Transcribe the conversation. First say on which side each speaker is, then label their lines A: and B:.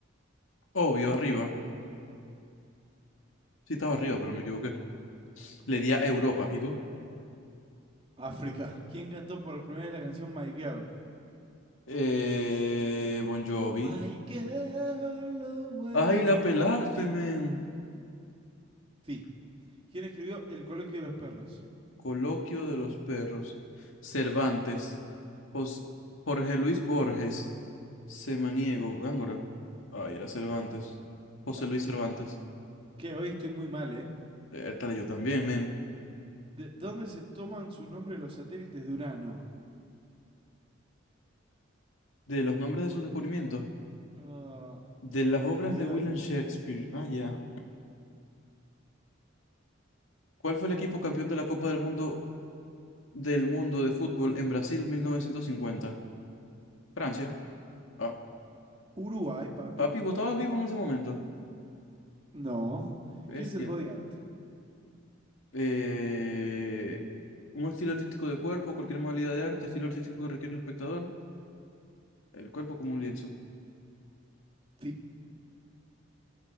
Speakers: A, on the left (about 80°); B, on the right (about 30°).
A: Obvio, arriba. Sí, estaba
B: Mierda.
A: arriba, pero me equivoqué. Le di a Europa. ¿Y tú?
B: África. ¿Quién cantó por primera vez la canción My Girl?
A: Eh, Bon Jovi.
B: My girl always
A: Ay, la pelaste,
B: for
A: men.
B: me. Sí. ¿Quién escribió El coloquio de los perros?
A: Coloquio de los perros. Cervantes. Jos- Jorge Luis Borges. Semaniego, Gángora. Ay, era Cervantes. José
B: Fuck.
A: Luis Cervantes.
B: Que hoy estoy muy mal, ¿eh?
A: Eh, Tal yo también, men.
B: ¿De dónde se toman sus nombres los satélites de Urano?
A: De los nombres de sus descubrimientos.
B: Ah,
A: De las
B: descubridores.
A: obras de William Shakespeare. Ah, ya. ¿Cuál fue el equipo campeón de la Copa del Mundo del Mundo de Fútbol en Brasil 1950? Francia. Ah,
B: Uruguay, papi.
A: papi, ¿vos estabas vivo en ese momento?
B: No.
A: Bestia.
B: ¿Qué es el body art?
A: Eh, un estilo artístico de cuerpo, cualquier modalidad de arte, estilo artístico que requiere el espectador, el cuerpo como un lienzo.
B: Sí.